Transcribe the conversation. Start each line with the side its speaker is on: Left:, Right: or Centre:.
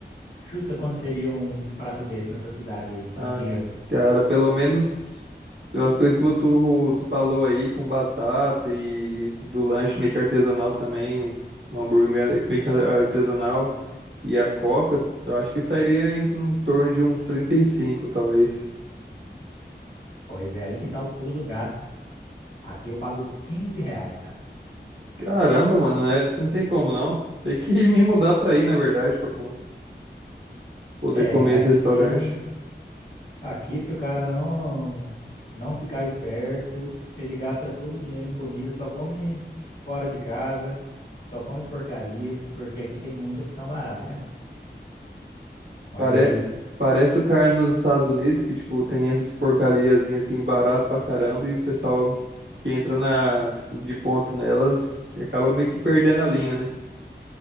Left: Chuta quanto seria um um prato desse nessa cidade aí. Me
Right: Ah,
Left: diga.
Right: cara, pelo menos pelas coisas que tu, tu falou aí, com batata e do lanche meio que artesanal também, o o hambúrguer meio meio que artesanal e a coca, eu acho que sairia em, em torno de uns 35, talvez.
Left: Pois é, aí que tá o pulo do gato. Aqui eu pago 15 reais, cara.
Right: Caramba, mano, é, não tem como não. Tem que <laughs> me mudar pra aí, na verdade, pra co- poder
Left: É,
Right: comer
Left: aqui,
Right: esse restaurante.
Left: aqui se o cara não não ficar esperto, ele gasta todo o dinheiro em comida, só come fora de casa, só come porcaria, porque aqui tem muita opção barata, cara. Mas
Right: Pare... Parece o cara nos Estados Unidos que, tipo, tem essas porcariazinhas assim, barato pra caramba, e o pessoal que entra na, tipo, de ponta nelas acaba meio que perdendo a linha, né?